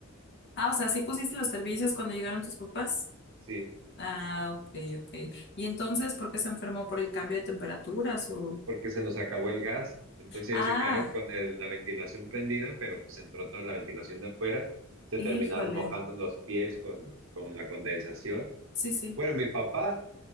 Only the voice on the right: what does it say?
sí,
porque se nos acabó el gas. Entonces
ellos se quedaron con el- la ventilación prendida, pero pues entró toda la ventilación de afuera. Se
terminaron mojando los pies con, con la condensación.
Bueno, mi papá